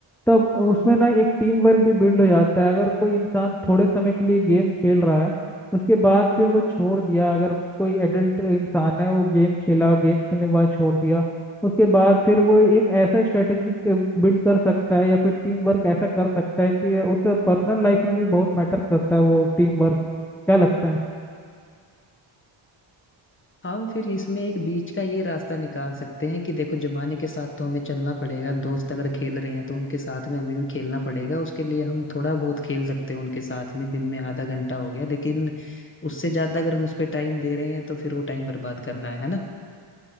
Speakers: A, in the centre; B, on the left.
A: तब उसमें ना एक टीम वर्क भी बिल्ड हो जाता है अगर कोई इंसान थोड़े समय के लिए गेम खेल रहा है उसके बाद फिर वो छोड़ दिया अगर कोई एडल्ट इंसान है वो गेम खेला गेम खेलने के बाद छोड़ दिया उसके बाद फिर वो एक ऐसा स्ट्रेटेजी बिल्ड कर सकता है या फिर टीम वर्क ऐसा कर सकता है कि उसका पर्सनल लाइफ में भी बहुत मैटर करता है वो टीम वर्क क्या लगता है
B: हम फिर इसमें एक बीच का ये रास्ता निकाल सकते हैं कि देखो जमाने के साथ तो हमें चलना पड़ेगा दोस्त अगर खेल रहे हैं तो उनके साथ में हमें भी खेलना पड़ेगा उसके लिए हम थोड़ा बहुत खेल सकते हैं उनके साथ में दिन में आधा घंटा हो गया लेकिन उससे ज्यादा अगर हम उस पर टाइम दे रहे हैं तो फिर वो टाइम बर्बाद करना है है ना